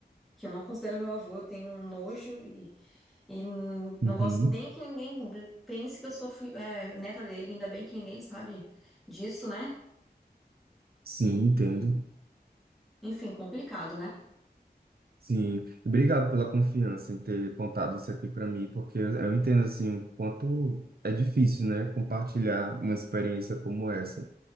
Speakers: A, in the centre; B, on the right (about 65°).
A: que eu não considero meu avô, eu tenho um nojo e, e n-
B: uhum.
A: não gosto nem que ninguém pense que eu sou fi- é, neta dele, ainda bem que ninguém sabe disso, né?
B: Sim,
A: E,
B: entendo.
A: e, enfim, complicado, né?
B: Sim, obrigado pela confiança em ter contado isso aqui para mim, porque eu entendo assim o quanto é difícil, né, compartilhar uma experiência como essa.